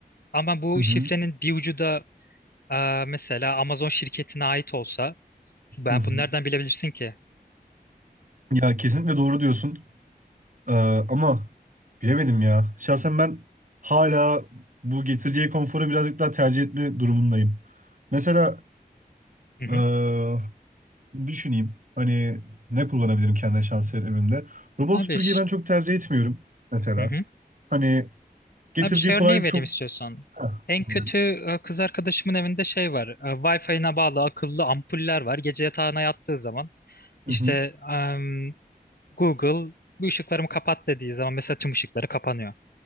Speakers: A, on the left; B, on the right.
A: Ama bu
B: Hı hı.
A: şifrenin bir ucu da ee, mesela Amazon şirketine ait olsa ben
B: Hı hı.
A: bunu nereden bilebilirsin ki?
B: Ya kesinlikle doğru diyorsun. Ee, ama bilemedim ya. Şahsen ben hala bu getireceği konforu birazcık daha tercih etme durumundayım. Mesela
A: Hı hı.
B: ee, düşüneyim. Hani ne kullanabilirim kendime şahsen evimde. Robot
A: Abi,
B: süpürgeyi
A: ş-
B: ben çok tercih etmiyorum mesela.
A: hı hı.
B: Hani getirdiği
A: Abi şey
B: kolaylık
A: örneği vereyim
B: çok...
A: istiyorsan.
B: Heh,
A: En
B: dinliyorum.
A: kötü e, kız arkadaşımın evinde şey var. e, Wi-Fi'ine bağlı akıllı ampuller var. Gece yatağına yattığı zaman
B: Hı
A: işte
B: hı,
A: em, Google bu ışıklarımı kapat dediği zaman mesela tüm ışıkları kapanıyor.